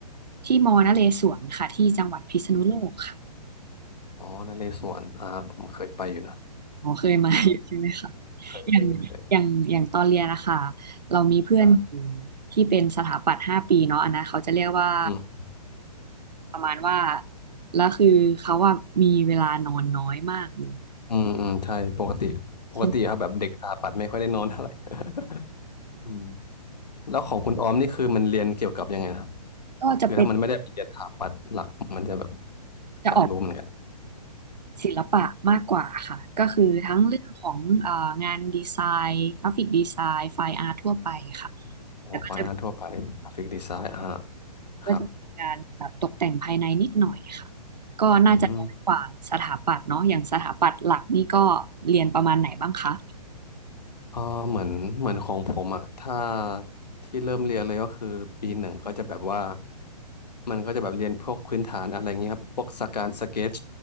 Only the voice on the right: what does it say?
ที่มอนเรศวรค่ะที่จังหวัดพิษณุโลกค่ะ
อ๋อเคยมาอยู่ใช่ไหมคะ
อย่างอย่างอย่างตอนเรียนนะคะเรามีเพื่อนอยู่
ที่เป็นสถาปัตย์ห้าปีเนาะอันนั้นเขาจะเรียกว่า
ประมาณว่าแล้วคือเขาว่ามีเวลานอนน้อยมากเลย
ฉะนัน
ก็จะเป็น
จะออก
ศิลปะมากกว่าค่ะก็คือทั้งเรื่องของเอ่องานดีไซน์กราฟิกดีไซน์ไฟอาร์ตทั่วไปค่ะ
แล้วก็จะ ก็จะมีการแบบตกแต่งภายในนิดหน่อยค่ะ
ก็น่าจะน้อยกว่าสถาปัตย์เนาะอย่างสถาปัตย์หลักนี่ก็
เรียนประมาณไหนบ้างคะ